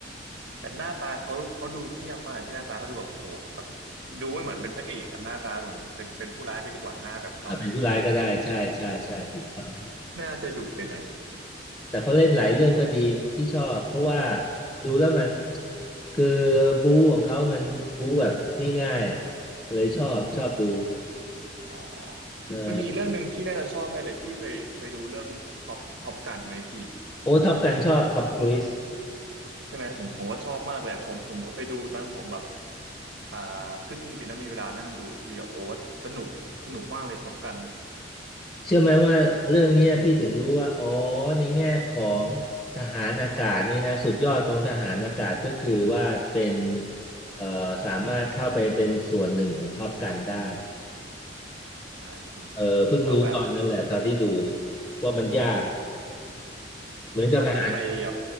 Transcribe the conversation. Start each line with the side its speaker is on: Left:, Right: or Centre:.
Right: แต่หน้าตาเขาเขาดูเหี้ยมมากที่หน้าตาเขาดูแบบโหดแบบดูไม่เหมือนเป็นพระเอกอะหน้าตาดูเหมือนเป็นเป็นผู้ร้ายไปดีกว่าหน้าแบบเขาเนี่ย
Left: อ่ะเป็นผู้ร้ายก็ได้ใช่ใช่ใช่ถูกต้อง
Right: <laughs> น่าจะดุไปไหนอย
Left: แต่เขาเล่นหลายเรื่องก็ดีพี่ชอบเพราะว่าดูแล้วมันคือบู๊ของเขามันบู๊แบบง่ายๆอ่ะเลยชอบชอบดู
Right: อ๋อ
Left: เออ
Right: มันมีอีกเรื่องหนึ่งพี่น่าจะชอบแน่เลยพี่เคยเคยดูเรื่องท็อปท็อปกันไหมพี่
Left: โอ้ท็อปกันชอบท็อปครูซ
Right: ใช่ไหมผมผมก็ชอบมากเลยอะผมผมก็ไปดูตอนผมแบบ อ่าขึ้นเครื่องบินแล้วมีเวลานั่งดูพี่โอ้สนุกสนุกมากเลยท็อปกัน
Left: เชื่อไหมว่าเรื่องเนี้ยพี่ถึงรู้ว่าอ๋อในแง่ของทหารอากาศนี่นะสุดยอดของทหารอากาศก็คือว่าเป็นเอ่อสามารถเข้าไปเป็นส่วนหนึ่งของท็อปกันได้
Right: ใช่พี่
Left: เออเพิ่งรู้ตอนนั้นแหละตอนที่ดู
Right: แล้วแบบ
Left: ว่ามันยากเหมือนกับทหาร
Right: แล้วผมไปแบบ